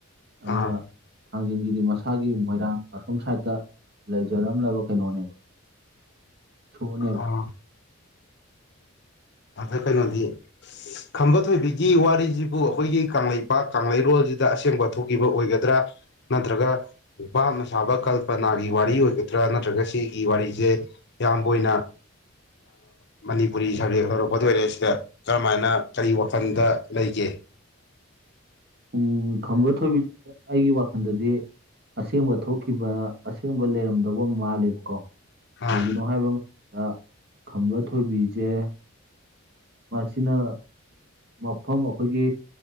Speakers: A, on the right (about 50°); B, on the left (about 50°).
A: ꯑꯗꯨꯒ
B: ꯑꯥ
A: ꯊꯥꯡꯖꯤꯡꯁꯤꯗꯤ ꯃꯁꯥꯒꯤ ꯃꯣꯏꯔꯥꯡ ꯑꯁꯣꯝ ꯁꯥꯏꯠꯇ ꯂꯩꯖꯔꯝꯂꯕ ꯀꯩꯅꯣꯅꯦꯕ ꯏꯁꯣꯔꯅꯦꯕ
B: ꯑꯥ ꯑꯗ ꯀꯩꯅꯣ ꯗꯤ ꯈꯝꯕ ꯊꯣꯏꯕꯤꯒꯤ ꯋꯥꯔꯤꯁꯤꯕꯨ ꯑꯩꯈꯣꯏꯒꯤ ꯀꯪꯂꯩꯄꯥꯛ ꯀꯪꯂꯩꯔꯣꯜꯁꯤꯗ ꯑꯁꯦꯡꯕ ꯊꯣꯛꯈꯤꯕ ꯑꯣꯏꯒꯗ꯭ꯔꯥ ꯅꯠꯇ꯭ꯔꯒ ꯥ ꯚꯥꯞ ꯅ ꯁꯥꯕ ꯀꯜꯄꯅꯥꯒꯤ ꯋꯥꯔꯤ ꯑꯣꯏꯒꯗ꯭ꯔꯥ ꯅꯠꯇ꯭ꯔꯒ ꯁꯤꯒꯤ ꯋꯥꯔꯤꯁꯦ ꯏꯌꯥꯝꯕ ꯑꯣꯏꯅ ꯃꯅꯤꯄꯨꯔꯤ ꯔꯦꯛ ꯂꯧꯔꯛꯄꯗ ꯑꯣꯏꯔꯦ ꯁꯤꯗ ꯀꯔꯝꯍꯥꯏꯅ ꯀꯔꯤ ꯋꯥꯈꯜꯗ ꯂꯩꯒꯦ
A: ꯎꯝ ꯈꯝꯕ ꯊꯣꯏꯕꯤ ꯑꯩꯒꯤ ꯋꯥꯈꯜꯗꯗꯤ ꯑꯁꯦꯡꯕ ꯊꯣꯛꯈꯤꯕ ꯑꯁꯦꯡꯕ ꯂꯩꯔꯝꯗꯧꯕ ꯃꯥꯜꯂꯦꯕꯀꯣ
B: ꯑꯥ
A: ꯀꯩꯒꯤꯅꯣ ꯍꯥꯏꯕ ꯑꯃ ꯑ ꯈꯝꯕ ꯊꯣꯏꯕꯤꯁꯦ ꯃꯁꯤꯅ ꯃꯐꯝ ꯑꯩꯈꯣꯏꯒꯤ